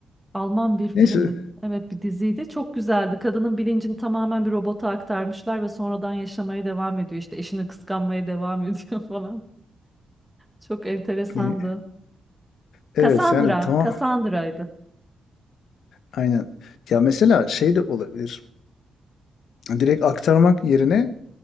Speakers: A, in the centre; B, on the left.
A: Alman bir filmdi.
B: Neyse.
A: Evet bir diziydi. Çok güzeldi. Kadının bilincini tamamen bir robota aktarmışlar ve sonradan yaşamaya devam ediyor. İşte eşini kıskanmaya devam <laughs> ediyor falan. Çok enteresandı.
B: e, Evet
A: Cassandra.
B: yani tamam.
A: Cassandra'ydı.
B: Aynen. Ya mesela şey de olabilir. Direkt aktarmak yerine